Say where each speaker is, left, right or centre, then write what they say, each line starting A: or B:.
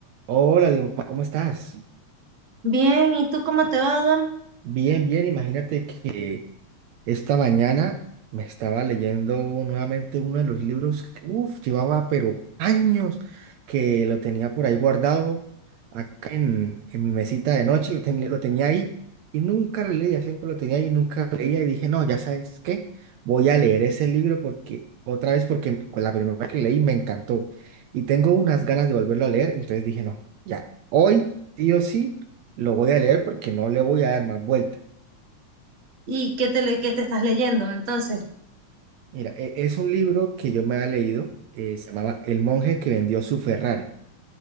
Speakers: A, on the right; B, on the right.
A: Hola, digo, "Ma, ¿cómo estás?
B: Bien, ¿y tú cómo te va, Adam?
A: Bien, bien, imagínate que esta mañana me estaba leyendo nuevamente uno de los libros que, uf, llevaba pero años que lo tenía por ahí guardado, acá en, en mi mesita de noche, lo, tenía- lo tenía ahí y nunca lo leía, siempre lo tenía ahí y nunca lo leía y dije, no, ya sabes qué, voy a leer ese libro porque, otra vez porque con la primera vez que lo leí me encantó y tengo unas ganas de volverlo a leer, entonces dije, no, ya, hoy, sí o sí. Lo voy a leer porque no le voy a dar más vuelta.
B: ¿Y qué te, le- qué te estás leyendo? Entonces,
A: Mira, e- es un libro que yo me había leído, eh, se llamaba El monje que vendió su Ferrari,